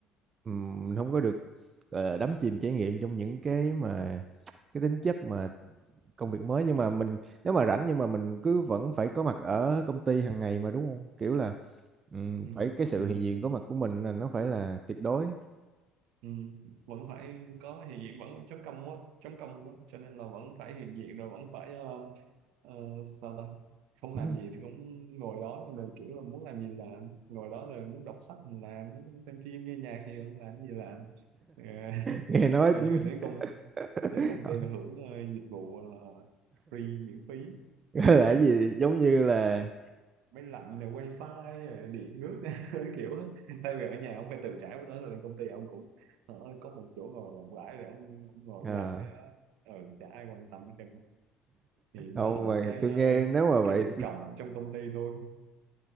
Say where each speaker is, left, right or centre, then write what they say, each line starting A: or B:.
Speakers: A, on the right; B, on the right.
A: ừm, mình không có được ờ, đắm chìm trải nghiệm trong những cái mà cái tính chất mà công việc mới nhưng mà mình nếu mà rảnh nhưng mà mình cứ vẫn phải có mặt ở công ty hàng ngày mà đúng không kiểu là ừm,
B: ừ,
A: phải cái sự
B: ừ.
A: hiện diện có mặt của mình là nó phải là tuyệt đối
B: ừ, vẫn phải có hiện diện vẫn chấm công á chấm công á cho nên là vẫn phải hiện diện rồi vẫn phải ờ, ờ, sao ta không
A: <laughs>
B: làm gì thì cũng ngồi đó nhưng mà kiểu là muốn làm gì làm ngồi đó rồi muốn đọc sách thì làm muốn xem phim nghe nhạc thì cũng làm gì làm Ờ, <laughs>
A: nghe nói
B: coi
A: tính-
B: như là đến công
A: <laughs>
B: đến công ty là hưởng ờ, dịch vụ ờ, free miễn phí
A: gọi là cái gì giống như là
B: máy lạnh này wifi rồi điện nước <laughs> kiểu á. thay vì ở nhà ông phải tự trả của nó thì công ty ông cũng ở có một chỗ ngồi rộng rãi để ông, ông ngồi
A: à,
B: ông làm cái đó ừ, chả ai quan tâm hết trơn á. thì đó
A: không
B: là một
A: mà
B: cái
A: tôi
B: ờ,
A: nghe nếu mà vậy
B: cái điểm cộng trong công ty tôi